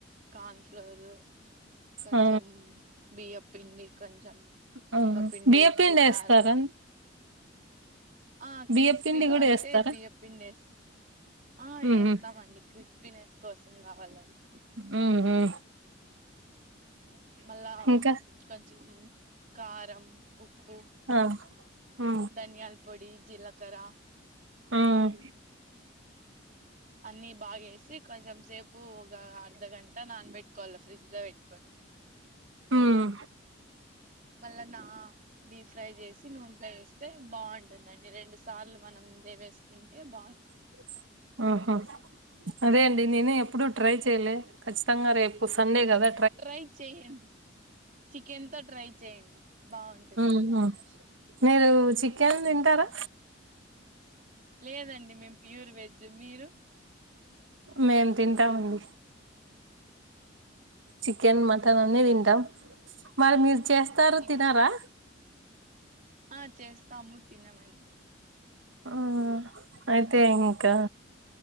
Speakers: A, on the right; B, on the right.
A: కన్ఫ్లోర్ కొంచెం
B: ఆ
A: బియ్యపు పిండి కొంచం శనగపిండి
B: ఆ బియ్యపిండి
A: ఉప్పు
B: వేస్తారా
A: కారం ఆ
B: బియ్యపిండి
A: క్రిస్పీగా
B: కూడా
A: అంటే
B: వేస్తారా
A: నగ పిండేసి ఆ వేస్తామండి
B: ఉహు
A: క్రిస్పీనెస్ కోసం కావాలండి
B: మ్మ్ మ్మ్
A: మళ్ళా
B: ఇంకా
A: కొంచెం కారం ఉప్పు
B: ఆ ఆ
A: ధనియాల పొడి జీలకర
B: మ్మ్
A: అన్ని బాగేసి కొంచెం సేపు ఒక అర్ధగంట నాన్న పెట్టుకోవాలి ఫ్రిడ్జ్ లో పెట్టుకొని
B: మ్మ్
A: మళ్ళ నా డీప్ ఫ్రై చేసి నూనె ఫ్రై చేస్తే బాగుంటుందండి రెండు సార్లు మనం దేవేసుకుంటే బాగుంటుంది
B: <inaudible> ఆహ అదే అండి నేను ఎప్పుడూ ట్రై చెయ్యలే ఖచ్చితంగా రేపు సండే కదా
A: ట్రై చేయండి చికెన్ తో ట్రై చేయండి బాగుంటుంది
B: ఆ మీరు చికెన్ తింటారా
A: లేదండి మేము ప్యూర్ వెజ్ మీరు
B: మేం తింటాముండి
A: ఉ <inaudible>
B: చికెన్ మటన్ అన్ని తింటా మరి మీరు చేస్తారు
A: చిక్
B: తినారా
A: ఆ చేస్తాము తినమండి
B: ఆ అయితే ఇంకా